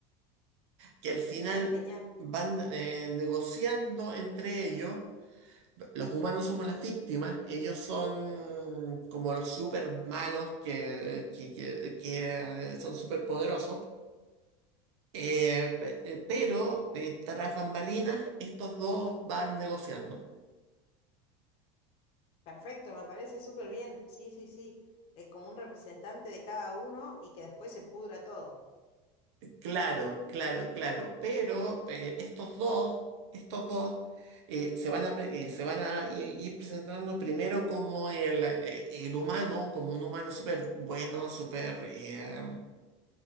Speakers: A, on the right; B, on the left.
A: que al final
B: genial, genial.
A: van eh, negociando entre ellos. Los humanos somos las víctimas, ellos son como los super malos que, que, que- que, eh, son super poderosos. Eh, pe- eh, pero eh, tras bambalinas, estos dos van negociando.
B: Perfecto, me parece súper bien. Sí, sí, sí. Eh, como un representante de cada uno y que después se pudra todo.
A: Claro, claro, claro, pero eh, estos dos, estos dos eh, se van a, pre- eh, se van a i- ir presentando primero como el, eh, el humano, como un humano súper bueno, súper, eh,